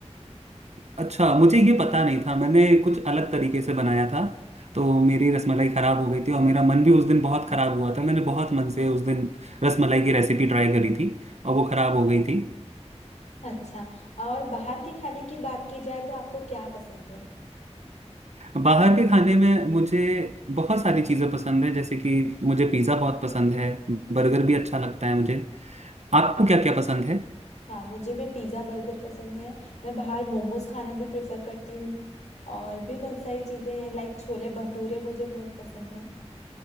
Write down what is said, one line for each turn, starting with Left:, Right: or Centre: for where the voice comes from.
Right: अच्छा मुझे ये पता नहीं था मैंने कुछ अलग तरीके से बनाया था तो मेरी रसमलाई खराब हो गई थी और मेरा मन भी उस दिन बहुत खराब हुआ था मैंने बहुत मन से उस दिन रसमलाई की रेसिपी ट्राई करी थी और वो खराब हो गई थी
Left: अच्छा और बाहर के खाने की बात की जाए तो आपको क्या पसंद है
Right: बाहर के खाने में मुझे बहुत सारी चीज़ें पसंद है जैसे कि मुझे पिज़्ज़ा बहुत पसंद है बर्गर भी अच्छा लगता है मुझे आपको क्या क्या पसंद है
Left: हाँ मुझे भी पिज़्ज़ा बर्गर पसंद है मैं बाहर मोमोज खाना भी प्रेफर करती हूँ और भी बहुत सारी चीज़ें हैं लाइक छोले भटूरे मुझे बहुत पसंद है